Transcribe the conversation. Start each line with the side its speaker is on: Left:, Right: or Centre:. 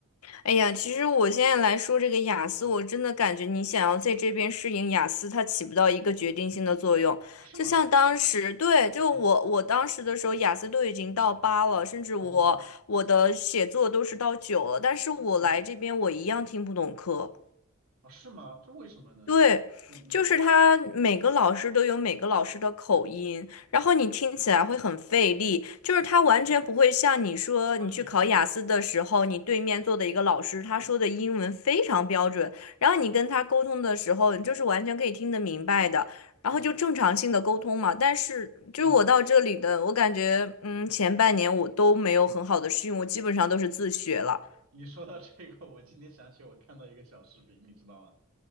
Left: 哎呀，其实我现在来说这个雅思，
Right: 嗯嗯，
Left: 我真的感觉你想要在这边适应雅思，它起不到一个决定性的作用。
Right: 啊是吗？
Left: 就像当时，对，就我我当时的时候，
Right: 对，
Left: 雅思都已经到八了，甚至我我的写作都是到九了，
Right: 哦，
Left: 但是我来这边我一样听不懂课。
Right: 嗯嗯，啊是吗？这为什么呢？
Left: 对，
Right: 就嗯嗯，
Left: 就是他每个老师都有每个老师的口音，然后你听起来会很费力。就是他完全不会像你说你去考雅思的时候，
Right: 方言，
Left: 你对面坐的一个老师，他说的英文非常标准，然后你跟他沟通的时候，你就是完全可以听得明白的，然后就正常性的沟通嘛。
Right: 嗯
Left: 但是就是我到这里的，
Right: 嗯。
Left: 我感觉嗯，前半年我都没有很好的适应，我基本上都是自学了。
Right: 你说到这个，我今天想起我看到一个小视频，你知道吗？